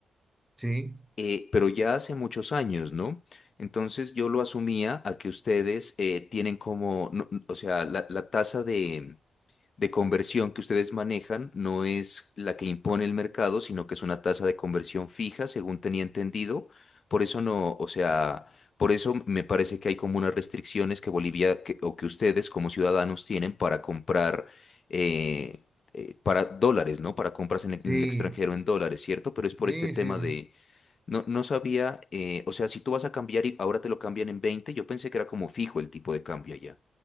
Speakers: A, in the centre; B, on the left.
A: Sí,
B: eh, pero ya hace muchos años, ¿no? Entonces yo lo asumía a que ustedes eh, tienen como, no- o sea, la, la tasa de, de conversión que ustedes manejan no es la que impone el mercado, sino que es una tasa de conversión fija, según tenía entendido. Por eso no, o sea, por eso me parece que hay como unas restricciones que Bolivia que- o que ustedes como ciudadanos tienen para comprar eh, eh, para dólares, ¿no? Para compras en el,
A: sí,
B: en el extranjero en dólares, ¿cierto? Pero es por
A: sí,
B: este tema
A: sí.
B: de no, no sabía, eh, o sea, si tú vas a cambiar y ahora te lo cambian en veinte yo pensé que era como fijo el tipo de cambio allá.